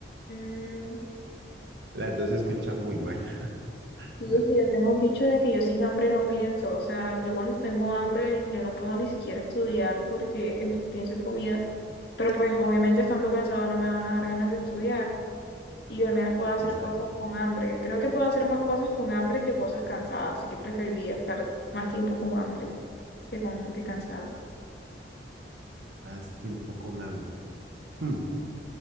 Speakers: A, on the left; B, on the right.
A: Mm,
B: Las dos se escuchan muy mal.
A: sí,
B: <laughs>
A: es que yo tengo un dicho de que yo sin hambre no pienso, o sea, yo cuando tengo hambre yo no puedo ni siquiera estudiar porque eh, pienso en comida, pero pues obviamente estando cansado no me van a dar ganas de estudiar. y yo al menos puedo hacer
B: Pensar
A: cosas con hambre. Creo que puedo hacer más cosas con hambre que cosas cansadas, así que preferiría estar más tiempo con hambre que con que cansada.
B: más tiempo con hambre. Hmm,